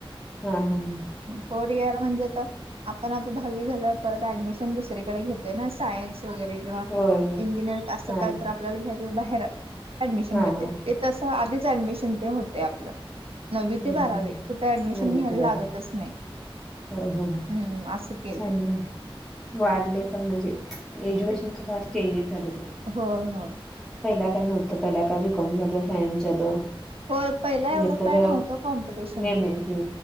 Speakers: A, in the centre; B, on the right.
A: हा हा हा.
B: फोर इयर म्हणजे आ आपण आता दहावी झाल्यावर परत ऍडमिशन दुसरीकडे घेतोय ना सायन्स. वगैरे किंवा
A: होय होय
B: इंजिनियर असतात
A: हा
B: काय तर. आपल्याला घ्यायचं आहे बाहेर ऍडमिशन
A: हा
B: घेते
A: हा
B: ते तस आधीच ऍडमिशन ते होते आपलं. नववी
A: हम्म
B: ते बारावी
A: हम्म
B: कुठे ऍडमिशन
A: नववी
B: घ्यायला
A: ते बारावी
B: लागतच नाही.
A: हो हो हो.
B: हम्म असं केलंय.
A: चांगलंय वाढले पण म्हणजे एज्युकेशनचे फार चेंजेस झाले.
B: हो हो.
A: पहिला काय नव्हतं पहिला काय बीकॉम झालं सायन्स झालं.
B: हो पहिला एवढं
A: नाहीतर
B: काय नव्हतं. कॉम्पिटिशन
A: एम ए हे